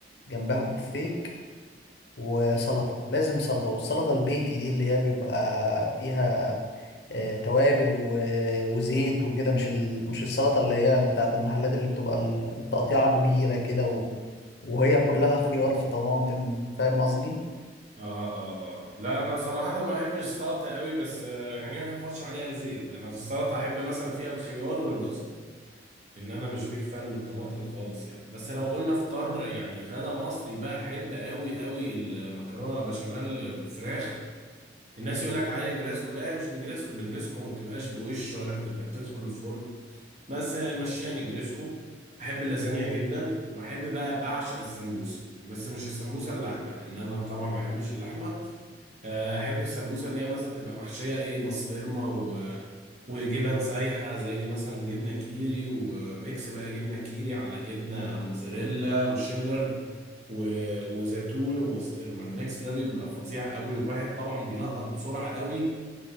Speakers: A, on the left (about 65°); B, on the right (about 40°).
A: جنبها بوفتيك وسلطة لازم سلطة والسلطة البيتي دي اللي هي بيبقى فيها آه، توابل و- وزيت وكده مش ال... مش السلطة اللي هي بتاعة المحلات اللي بتبقى ال- التقطيعة كبيرة كده و... وهي كلها خيار في طماطم فاهم قصدي؟
B: اه اه اه لا انا صراحة ما احبش السلطة قوي بس آه، يعني ما احفظش عليها زيت انا في السلطة احب مثلا فيها الخيار والجزر ان انا مش بيك فان للطماطم خالص يعني بس لو قلنا فطار يعني غدا مصري بقى احب قوي قوي المكرونة بشاميل بفراخ الناس يقول لك عليه نجريسكو لا هي مش نجريسكو نجريسكو ما بتبقاش بوش ولا بتبقى بتدخل الفرن بس مشيها نجريسكو احب اللازانيا جدا واحب بقى بعشق السمبوسه بس مش السمبوسه اللحمه لان انا طبعا ما بحبش اللحمه آه، احب السمبوسه اللي هي مثلا تبقى محشيه ايه بسطرمه و... وجبن سايحه زي مثلا جبنه كيري وميكس بقى جبنه كيري على جبنه موتزاريلا وشيدر و... وزيتون وبسطرمه الميكس ده بيبقى فظيع قوي والواحد طبعا بيلقط بسرعه قوي